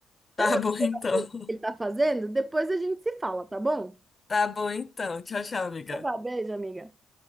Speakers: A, on the right; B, on the left.
A: Então,
B: Tá bom então.
A: assim, o que ele tá fazendo, depois a gente se fala, tá bom?
B: Tá bom então. Tchau, tchau, amiga.
A: Então Tá bom, beijo, amiga.